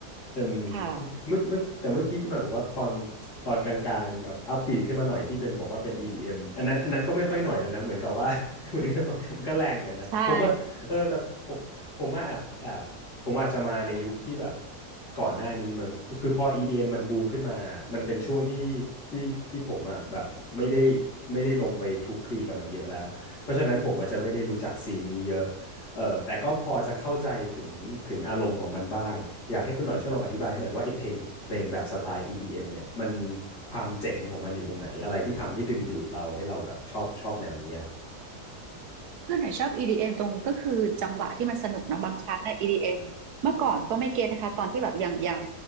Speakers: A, on the left (about 80°); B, on the right (about 75°).
A: แต่
B: ค่ะ
A: เมื่อเมื่อแต่เมื่อกี้คุณหน่อยบอกว่าตอนตอนกลางๆแบบอัพบีทขึ้นมาหน่อยที่เป็นบอกว่าเป็น EDM อมอันนั้นอันนั้นก็ไม่ค่อยหน่อยแล้วนะเหมือนกับว่า <laughs> เหมือนกับมันก็แรงเหมือนกันนะผมว่าเออแต่ผมผมว่าแอบแอบผมอาจจะมาในยุคที่แบบ
B: ใช่
A: ก่อนหน้านี้เหมือนคือพอ EDM มมันบูมขึ้นมามันเป็นช่วงที่ที่ที่ผมอ่ะแบบไม่ได้ไม่ได้ลงไปคลุกคลีกับมันเยอะแล้วเพราะฉะนั้นผมอาจจะไม่ได้รู้จักซีนนี้เยอะ เออแต่ก็พอจะเข้าใจถึงถึงอารมณ์ของมันบ้างอยากให้คุณหน่อยช่วยลองอธิบายให้หน่อยว่าไอ้เพลงเพลงแบบสไตล์ EDM เอ็มเนี่ยมันความเจ๋งของมันอยู่ตรงไหนอะไรที่ทำให้ดึงดูดเราให้เราแบบชอบชอบแนวนี้ครับ
B: คือหน่อยชอบ EDM ตรงก็คือจังหวะที่มันสนุกเนาะบางครั้งเนี่ย EDM เอ็มเมื่อก่อนก็ไม่เก็ตนะคะตอนที่แบบยังยัง